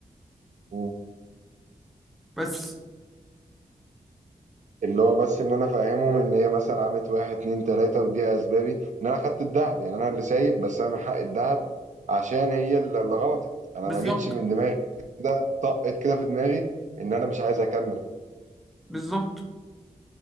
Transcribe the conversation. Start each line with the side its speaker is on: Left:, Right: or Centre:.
Right: مم.
Centre: بس
Right: اللي هو بس ان انا فاهمهم ان هي مثلا عملت واحد اتنين تلاته ودي اسبابي ان انا خدت الذهب يعني انا اللي سايب بس انا من حق الذهب عشان هي اللي اللي غلطت انا
Centre: بالظبط
Right: ما جيتش من دماغي كده طقت كده في دماغي ان انا مش عايز اكمل
Centre: بالظبط